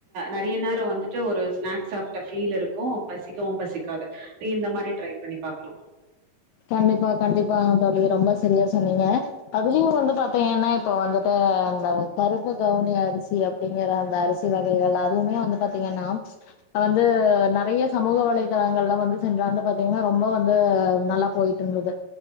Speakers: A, on the right (about 55°); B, on the left (about 75°).
A: நிறைய நேரம் வந்துட்டு ஒரு ஸ்நாக்ஸ் சாப்பிட்ட ஃபீல் இருக்கும் பசிக்கவும் பசிக்காது நீ இந்த மாதிரி ட்ரை பண்ணி பாக்கலாம்.
B: கண்டிப்பா கண்டிப்பா தோழி ரொம்ப செரியா சொன்னீங்க அதுலயும் வந்து பாத்தீங்கன்னா இப்ப வந்துட்டு அந்த கருப்பு கவுனி அரிசி அப்படிங்கற அந்த அரிசி வகைகள் அதுவுமே வந்து பாத்தீங்கன்னா வந்து நெறைய சமூக வலைதளங்கள் வந்து சென்ற ஆண்டு பாத்தீங்கன்னா ரொம்ப வந்து நலம் போயிட்டு இருந்தது